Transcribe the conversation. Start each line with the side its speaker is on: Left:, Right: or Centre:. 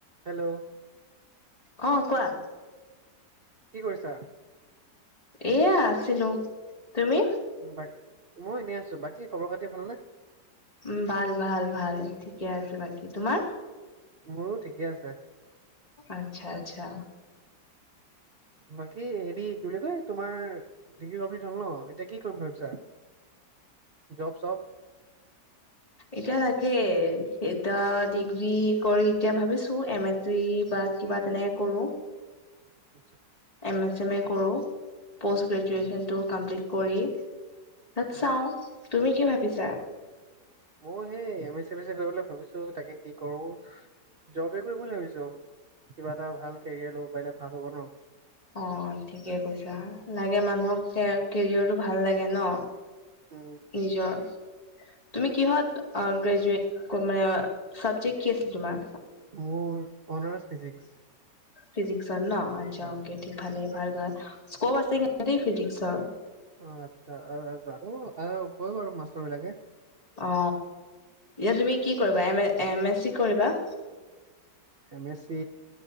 Right: Hello.
Left: অ কোৱা।
Right: কি কৰিছা।
Left: এয়া আছিলো তুমি।
Right: উম বাক মই এনেই আছো বাকী খবৰ খাতি ভালনে
Left: উ ভাল ভাল ভাল ঠিকে আছে বাকী তোমাৰ
Right: মোৰো ঠিকে আছে
Left: আচ্ছা আচ্ছা
Right: বাকী হেৰি কি বুলি কয় তোমাৰ ডিগ্ৰী কমপ্লিট হল ন এতিয়া কি কৰিম ভাবিছা জবছপ
Left: এতিয়া তাকে এইতা ডিগ্ৰী কৰি এতিয়া ভাবিছো এম এ চি বা কিবা তেনেকে কৰো
Right: আতচ্চা।
Left: এমে চেমে কৰো পষ্ট গ্ৰেজুৱেচন টো কামপ্লিট কৰি। তাত
Right: উম
Left: চাও তুমি কি ভাবিছা।
Right: মই সেই এম এ চেম এ যে কৰিবলে ভাবিছো তাকে কি কৰো জবে কৰিম বুলি ভাবিছো কিবা এটা ভাল কেৰিয়াৰ লব পাৰিলে ভাল হ'ব ন
Left: অ ঠিকে কৈছা লাগে মানুহক কে কেৰিয়ৰটো ভাল লাগে ন
Right: উম
Left: নিজৰ তুমি কিহত অ গ্ৰেজুৱেট ক মানে চাবজেক্ট কি আছিলে তোমা
Right: মোৰ অনাৰেছ ফিজিক্স
Left: ফিজিক্সত ন আচ্ছা
Right: অ
Left: অকে ঠি ভালে ভাল ভাল স্কপ আছে কিন্তু দেই ফিজিক্সৰ
Right: অ আচ্ছা অ অ জানো আহ কয় বাৰু মাষ্টৰ বিলাকে
Left: অ এয়া তুমি কি কৰিবা M A M A C কৰিবা
Right: এম এছ চি